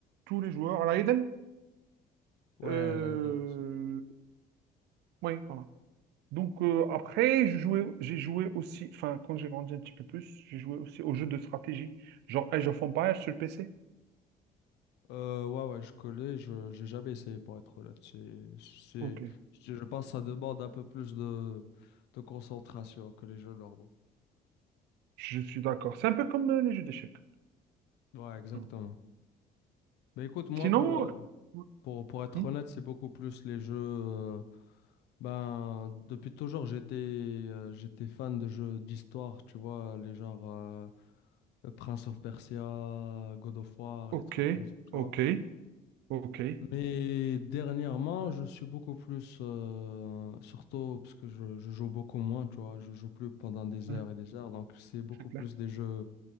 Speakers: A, on the right (about 80°); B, on the left (about 85°).
A: tous les joueurs. À la Eden?
B: Ouais,
A: Euh,
B: Raiden aussi.
A: oui, voilà. Donc euh, après, je jouais, j'ai joué aussi, enfin quand j'ai grandi un petit peu plus, j'ai joué aussi aux jeux de stratégie, genre Age of Empires sur le PC.
B: Euh, ouais, ouais, je connais, je j'ai jamais essayé pour être honnête. C'est, c'est,
A: Ok,
B: je je pense que ça demande un peu plus de, de concentration que les jeux normaux.
A: je suis d'accord. C'est un peu comme euh, les jeux d'échecs.
B: Ouais, exactement.
A: Voilà.
B: Mais écoute, moi,
A: Sinon,
B: pour, euh,
A: euh,
B: Pour, pour être
A: hmm,
B: honnête, c'est beaucoup plus les jeux. euh, ben, depuis toujours, j'étais euh, j'étais fan de jeux d'histoire, tu vois, les genres euh, Prince of Persia, God of War,
A: ok,
B: les trucs comme ça, tu
A: ok,
B: vois.
A: ok,
B: Mais dernièrement, je suis beaucoup plus, euh, surtout parce que je, je joue beaucoup moins, tu vois, je joue plus pendant des
A: Hein,
B: heures et des heures, donc c'est beaucoup
A: c'est clair.
B: plus des jeux,